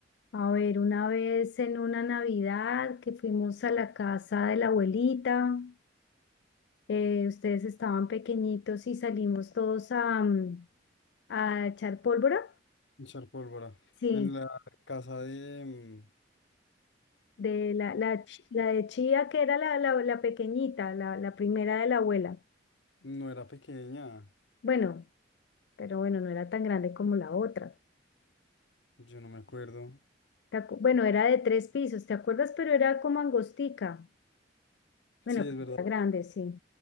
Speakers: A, on the left (about 65°); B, on the left (about 75°).
A: a ver, una vez en una Navidad que fuimos a la casa de la abuelita. eh, ustedes estaban pequeñitos y salimos todos a, mm, a echar pólvora.
B: echar pólvora.
A: Sí,
B: En la casa de... mm,
A: de la, la, ch- la de chía, que era la, la, la pequeñita, la, la primera de la abuela.
B: No era pequeña,
A: Bueno, pero bueno, no era tan grande como la otra.
B: yo no me acuerdo.
A: ¿Te acu- Bueno, era de tres pisos, ¿te acuerdas? Pero era como angostica. Bueno,
B: Sí, es
A: pero
B: verdad,
A: era grande, sí.